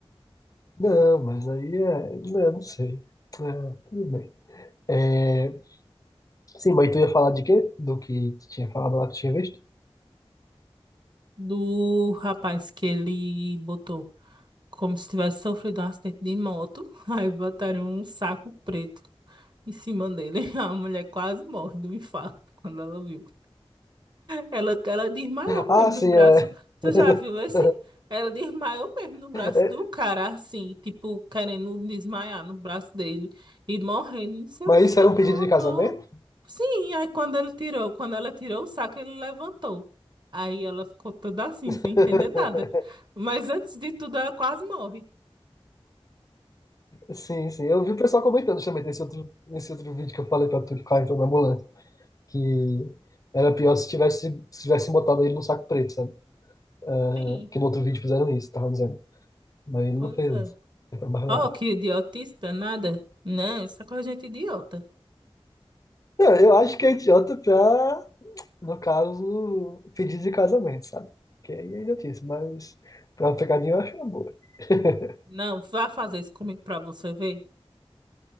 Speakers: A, on the left; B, on the right.
A: Não, mas aí é. Não, não sei. Ah, tudo bem. É, Sim, mas tu ia falar de quê? Do que tu tinha falado lá que tu tinha visto?
B: Do rapaz que ele botou, como se tivesse sofrido um acidente de moto, <laughs> aí botaram um saco preto em cima dele. <laughs> A mulher quase morre do infarto quando ela viu. Ela, ela desmaiou
A: Ah,
B: mesmo
A: sim,
B: no braço.
A: é.
B: Tu
A: <laughs>
B: já viu esse? Ela desmaiou mesmo no braço
A: É,
B: do cara, assim, tipo, querendo desmaiar no braço dele e morrendo, não sei
A: Mas
B: o que,
A: isso era um
B: meu
A: pedido de
B: amor.
A: casamento?
B: Sim, aí quando ele tirou, quando ela tirou o saco, ele levantou. Aí ela ficou toda assim,
A: <laughs>
B: sem entender nada. Mas antes de tudo, ela quase morre.
A: Sim, sim. Eu vi o pessoal comentando justamente nesse outro, nesse outro vídeo que eu falei pra tu que o na ambulância. que era pior se tivesse, se tivesse botado ele no saco preto, sabe? Ah,
B: Sim,
A: que no outro vídeo fizeram isso, tava dizendo. Mas ele
B: pois
A: não fez
B: é.
A: isso. Ele foi mais
B: Oh,
A: leve.
B: que idiotice danada. Não, isso é coisa de gente idiota.
A: Não, eu acho que é idiota pra, no caso, pedir de casamento, sabe? Que aí é idiotice, mas pra uma pegadinha eu acho uma boa. <laughs>
B: Não, vá fazer isso comigo pra você ver.